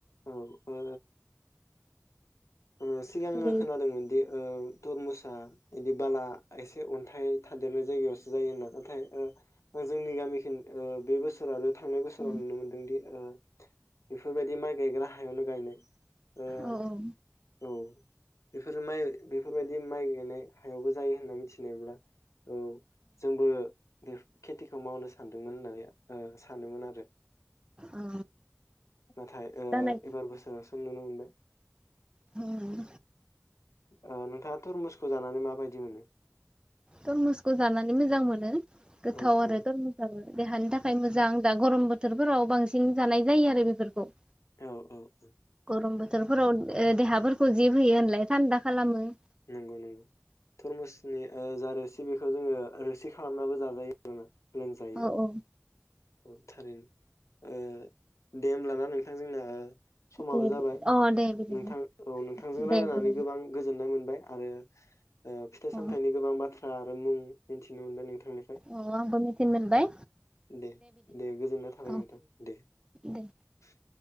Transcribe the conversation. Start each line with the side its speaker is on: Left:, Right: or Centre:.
Left: औ ओ ओ सिगाङो
Right: जेरै
Left: खोनादोंमोन दि ओ तरमुसा एदि बाला एसे अन्थाइ थादेरनाय जायगायावसो जायो होनना नाथाय ओ ओ जोंनि गामि खिन ओ बे बोसोरानो थांनाय बोसोराव
Right: औ
Left: नुनो मोनदोंदि ओ बेफोर बायदि माइ गायग्रा हा हायावनो गायनाय ओ
Right: औ औ
Left: औ बेफोर माइ बेफोर बायदि माइ गायनाय हायावबो जायो होनना मिथिनायब्ला औ जोंबो बे खेटिखौ मावनो सानदोंमोन होननानै ओ सानोमोन आरो
Right: औ
Left: नाथाय ओ
Right: जानाय
Left: एबार बोसोर नुनो मोनबाय
Right: होम्म
Left: ओ नोंथाङा तरमुसखौ जानानै माबायदि मोनो?
Right: तरमुसखौ जानानै मोजां मोनो । गोथाव
Left: औ
Right: आरो
Left: औ
Right: तरमुस आबो देहानि थाखाय मोजां दा गरम बोथोरफोराव बांसिन जानाय जायो आरो बेफोरखौ
Left: औ औ औ
Right: गरम बोथोरफोराव ओ देहाफोरखौ जिब होयो होनलाय थान्दा खालामो ।
Left: नोंगौ नोंगौ थरमुसनि ओ जा रोसि बिखौ जोङो रोसि खालामनाबो जाजायो आरोना लोंजायो
Right: औ औ
Left: औ थारैनो ओ दे‌ होमब्ला ना नों थां जोंना समाबो
Right: दे
Left: जाबाय
Right: अ दे बिदिब्ला
Left: नोंथां औ नोंथांजों रायलायनानै
Right: दे दे
Left: गोबां गोजोननाय मोन बाय आरो ओ फिथाइ
Right: अ
Left: सामथाइनि गोबां बा थ्रा आरो मुं मिथिनो मोनबाय नों थांनिफ्राय
Right: औ आंबो मिथिनो मोनबाय
Left: दे दे गोजोननाय थाबाय
Right: औ
Left: नोंथां दे ।
Right: दे